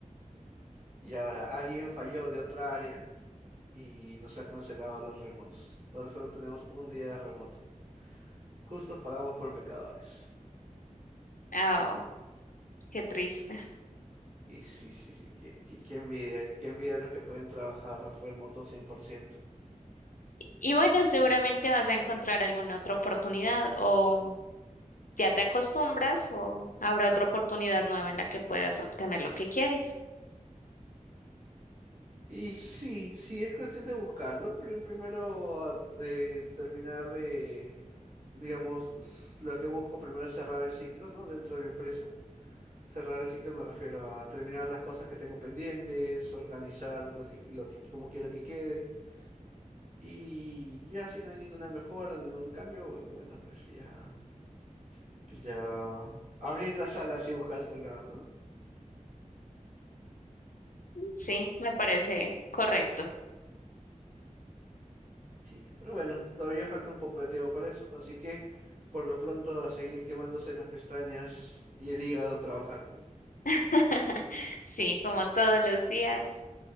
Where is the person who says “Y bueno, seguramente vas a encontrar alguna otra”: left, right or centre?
Left